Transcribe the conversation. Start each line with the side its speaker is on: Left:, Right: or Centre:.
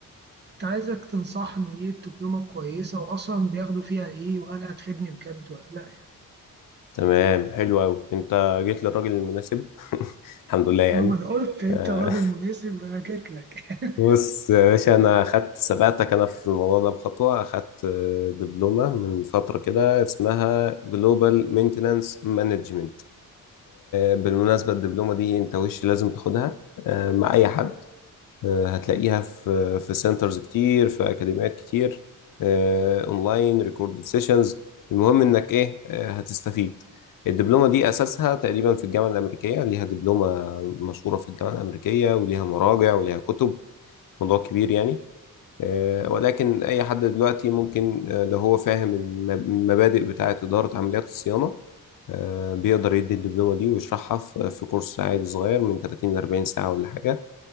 Right: كنت عايزك تنصحني ايه الدبلومة كويسة واصلا بياخدوا فيها ايه وهل هتفيدني بجد ولا لا يعني
Left: تمام حلو قوي انت جيت للراجل المناسب <laughs> الحمد لله يعني
Right: رغم انا قلت انت
Left: آه،
Right: راجل مناسب انا جيت لك
Left: <laughs> بص
Right: <laughs>
Left: يا باشا انا خدت سبقتك انا في الموضوع ده بخطوه خدت آه، دبلومه من فتره كده اسمها جلوبال مينتنانس مانجمنت بالمناسبه الدبلومه دي انت وش لازم تاخدها آه، مع اي حد آه، هتلاقيها في في سنترز كتير في اكاديميات كتير آه، اونلاين ريكوردد سيشنز المهم انك ايه آه، هتستفيد الدبلومه دي اساسها تقريبا في الجامعه الامريكيه ليها دبلومه مشهوره في الجامعه الامريكيه وليها مراجع وليها كتب موضوع كبير يعني آه، ولكن اي حد دلوقتي ممكن آه، لو هو فاهم المب- المبادئ بتاعه اداره عمليات الصيانه آه، بيقدر يدي الدبلومه دي ويشرحها في في كورس عادي صغير من 30 ل 40 ساعه ولا حاجه